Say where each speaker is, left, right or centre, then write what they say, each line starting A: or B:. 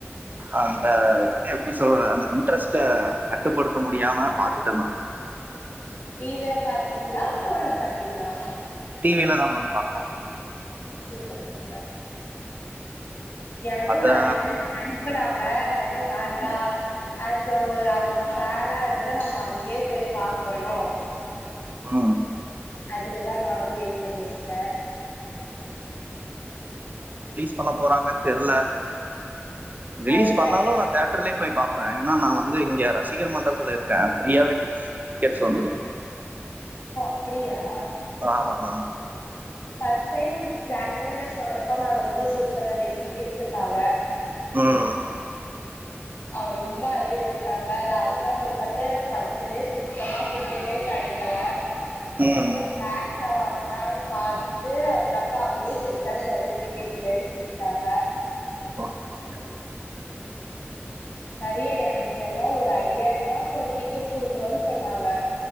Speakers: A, on the right; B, on the left.
A: அந்த அதா சொல்ற அந்த இன்ட்ரெஸ்ட்ட கட்டுப்படுத்த முடியாம பாத்துட்ட நா
B: டிவில பாத்தீங்ளா ஃபோன்ல பாத்தீங்ளா
A: டிவில தா மேம் பாத்த
B: சூப்பர் சூப்பர் எனக்கு
A: அதா
B: நறையா பேர் அனுப்புனாங் <unintelligible> <unintelligible> வேண்டா
A: ம்
B: அ சோ ஒரு அவுங்க ஃபேனா இருந்து நம்ம அங்கேயே போய் பா க்கணு
A: ஆ
B: அதுக்குதா நானும் வெயன் பண்ணிட்டுருக்க
A: சொன்ன போறாங்கன்னு தெரியல ரிலீஸ்
B: அதுதா
A: பண்ணாலும் நா தியட்டர்லயே போய் பாப்பேன் ஏன்னா நான் வந்து இங்கய ரசிகர் மன்றத்தில் இருக்கே ரியாவட்டிக்ஸ் டிக்கெட்ஸ் வந்துரும்
B: அப்படியியா
A: ஆமா ஆ
B: ஃபர்ஸ்ட் டைம் ஜனவரில சொன்னப்போ நா ரொம்ப சுத்தேன் லைக் டிக்கெட்ஸுக்காக
A: ம்
B: அவ ரொம்ப அழைய வச்சாங்க லாஸ்ட்டா போய் பார்த்தேன் எனக்கு ஃபர்ஸ்ட் டே சுத்தமா டிக்கெட்டே கிடைக்கல
A: ம்
B: அப்புறம் பேக்ல வாங்க ன்னு பார்த்து அதுக்கப்புறம் அவங்களே சென்சான சர்ட்டிபிகேட் இல இருந்து கொத்துட்டாங்க
A: ஓகே ஓகே
B: நிறைய என எல்லாம் ஒரு ஐயாயிரம் ரூபாகு ஒரு டிக்கெட் குடுக்குறோம்ன்னு சொன்னாங்க